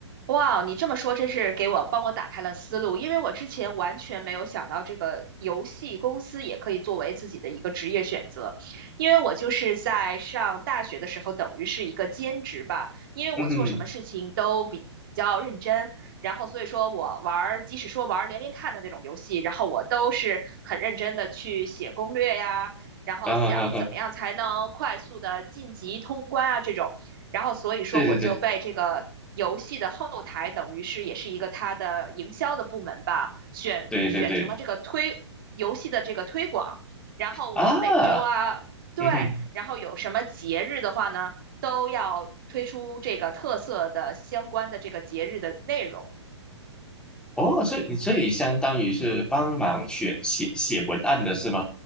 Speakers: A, on the right; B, in the centre.
A: 哇，你这么说真是给我帮我打开了思路，因为我之前完全没有想到这个游戏公司也可以作为自己的一个职业选择，因为我就是在上大学的时候，等于是一个兼职吧，因为我做什么事情都比。
B: 嗯哼，
A: 较认真，然后所以说我玩儿，即使说玩儿连连看的那种游戏，然后我都是很认真的去写攻略呀，然后想怎么样才能快速的晋级通关啊这种。
B: 嗯哼哼哼，
A: 然后所以说我就被这个游戏的后台，
B: 对对对
A: 等于是也是一个它的营销的部门吧，选选成了这个推游戏的这个推广。
B: 对对对
A: 然后我每周啊，
B: 啊，
A: 对，
B: 嗯哼，
A: 然后有什么节日的话呢，都要推出这个特色的相关的这个节日的内容。
B: 哦，所以你所以相当于是帮忙写写写文案的是吗？